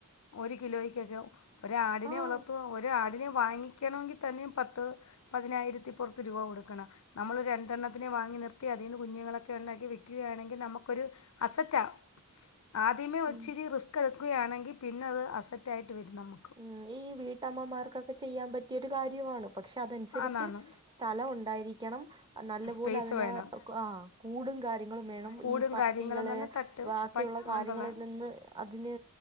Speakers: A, on the left; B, on the right.
A: ഒര് കിലോയ്ക്കെക്കെ ഒരാടിനെ
B: ആഹ്
A: വളർത്തുക ഒരാടിനെ വാങ്ങിക്കണമെങ്കി തന്നെ പത്ത് പതിനായിരത്തിപ്പാെറത്ത് രൂപ കൊട്ക്കണ നമ്മള് രണ്ടെണ്ണത്തിനെ വാങ്ങി നിർത്തി അതീന്ന് കുഞ്ഞ്ങ്ങളൊക്കെ ഒണ്ടാക്കി വിക്ക്കയാണെങ്കി നമക്കൊര് അസറ്റാവും ആദ്യമേ ഒര്ച്ചിരി
B: ഉം
A: റിസ്ക്കെടുക്കുകയാണെങ്കി പിന്നെ അത് അസറ്റായിട്ട് വെരും നമ്മ
B: ഉം ഈ വീട്ടമ്മമാർക്കൊക്കെ ചെയ്യാൻ പറ്റിയൊരു കാര്യവാണ് പക്ഷെ അതൻസര്ച്ച്
A: ആന്നാന്ന്
B: സ്ഥല ഒണ്ടായിരിക്കണം നല്ല
A: സ്പേസ്
B: പോലെ അതിന്
A: വേണം
B: ആഹ് കൂടും കാര്യങ്ങളും വേണം
A: കൂടും
B: ഈ പട്ടികള്
A: കാര്യങ്ങളും തന്നെ തട്ട്
B: ബാക്കിയുള്ള
A: പട്ട് അങ്ങനത്തുള്ള
B: കാര്യങ്ങളിൽ നിന്ന് അതിന്